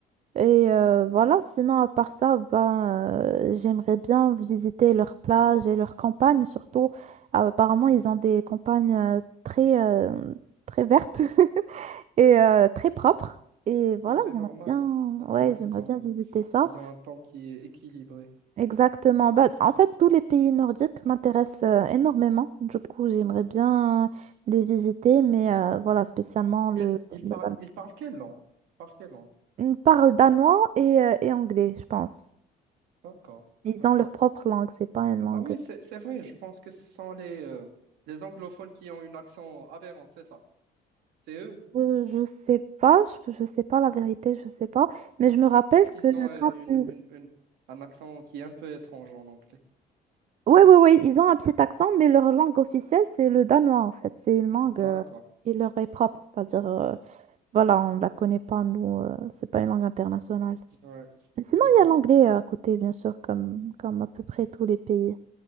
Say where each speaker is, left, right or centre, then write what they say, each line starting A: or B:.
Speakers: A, on the right (about 45°); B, on the right (about 80°).
A: Et euh, voilà, sinon à part ça, ben, euh, j'aimerais bien visiter leurs plages et leurs campagnes, surtout euh, apparemment
B: ouais.
A: ils ont des campagnes euh, très, euh, très vertes <laughs> et euh, très propres. Et
B: Bah,
A: voilà,
B: c'est
A: j'aimerais
B: normal.
A: bien,
B: C'est normal.
A: ouais, j'aimerais
B: Ils ont,
A: bien visiter ça.
B: ils ont un temps qui est équilibré.
A: Exactement. Bah, en fait, tous les pays nordiques m'intéressent euh, énormément. Du coup, j'aimerais bien les visiter, mais euh, voilà, spécialement le,
B: Ils, ils
A: le
B: parlent,
A: Dan-
B: ils parlent quelle langue? Ils parlent quelle langue?
A: Ils parlent danois et, euh, et anglais, je pense.
B: D'accord.
A: Ils
B: D'accord.
A: ont leur propre langue, c'est pas une langue.
B: Ah oui, c'est, c'est vrai. Je pense que ce sont les, euh, les anglophones qui ont un accent aberrant, c'est ça? C'est eux.
A: Euh, je sais pas, je, je sais pas la vérité, je sais pas. Mais je me rappelle
B: Je pense qu'ils
A: que
B: ont euh,
A: quand
B: une,
A: ils...
B: une, une- un accent qui est un peu étrange en anglais.
A: Oui, oui, oui, ils ont un petit accent, mais leur langue officielle, c'est le danois, en fait. C'est une langue
B: D'accord.
A: euh, qui leur est propre, c'est-à-dire, euh, voilà, on la connaît pas, nous, euh, c'est pas une langue internationale.
B: Ouais.
A: Sinon,
B: Ouais.
A: il y a l'anglais à côté, bien sûr, comme, comme à peu près tous les pays.